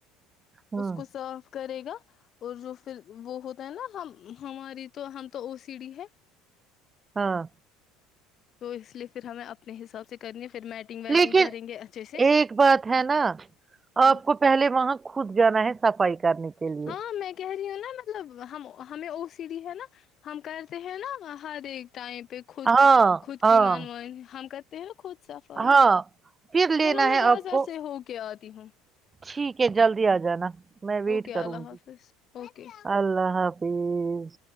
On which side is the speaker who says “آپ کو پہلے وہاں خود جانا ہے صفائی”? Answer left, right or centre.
Right